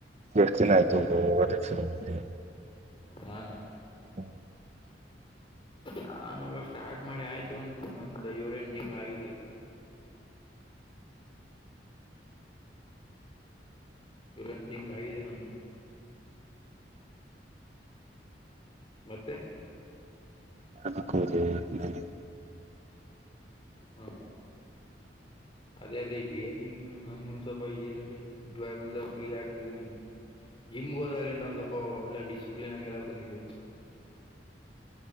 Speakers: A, on the right; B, on the left.
A: ಎಷ್ಟ್ ದಿನ ಆಯ್ತು ಹೋಗದೆ ಜಿಮ್ಗೆ
B: ನಾನಾ
A: ಹ್ಮ
B: ನಾನ ಹೋಗಕ್ಕ ಸ್ಟಾರ್ಟ್ ಮಾಡಿ ಆಯ್ತು ಒಂದ ಒಂದ್ ಏಳ ಎಂಟು ತಿಂಗಳ್ ಆಗಿದೆ ಏಳು ಎಂಟ್ ತಿಂಗಳಾಗಿದೆ ನಂದು ಮತ್ತೆ
A: ನಾಕ್ಕೂವರೇ ಹೇಳಿ
B: ಹಾ ಅದೇ ಅದೇ ಈಗ ಏನ ಇಲ್ಲ ನಾನೊಂದ್ ಸ್ವಪ ಎಲ್ ಬ್ಳಾಗ ಒಂದಸಪ್ಪ ಫ್ರೀ ಆಗ್ತಿದೀನಿ ಜಿಮ್ಗ ಹೋದಾಗಂಟ ಒಂದ್ ಸ್ವಲ್ಪ ಒಳ್ಳೆ ಡಿಸಿಪ್ಲಿನ್ ಆಗಿಲ್ಲಕ ಬಂದಿದಿಯ